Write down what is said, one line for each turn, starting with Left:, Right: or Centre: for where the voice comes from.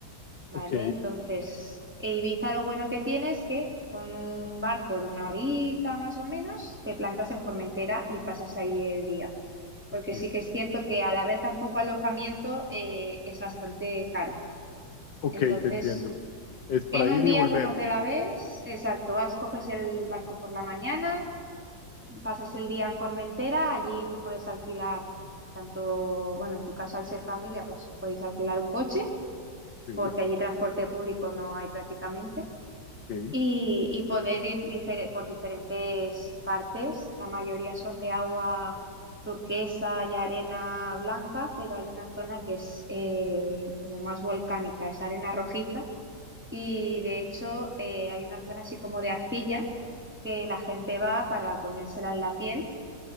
Centre: ¿vale?
Left: ok,
Centre: Entonces, e Ibiza lo bueno que tiene es que con un barco de una horita más o menos, te plantas en Formentera y pasas allí el día. Porque
Left: ok,
Centre: sí que es cierto que al haber tan poco alojamiento eh, es bastante caro.
Left: ok,
Centre: Entonces,
Left: te entiendo. Es para
Centre: en un
Left: ir
Centre: día
Left: y volver.
Centre: como te la ves, exacto, vas, coges
Left: Sí,
Centre: el barco por la mañana, pasas el día en Formentera, allí puedes alquilar tanto, bueno, en tu caso al ser familia, pues podéis alquilar un coche,
Left: sí,
Centre: porque allí transporte público no hay prácticamente,
Left: ok,
Centre: y, y poder ir difere- por diferentes partes, la mayoría son de agua turquesa y arena blanca, pero hay una zona que es eh, como más volcánica, es arena rojiza y de hecho, eh, hay una zona así como de arcilla que la gente va para ponérsela en la piel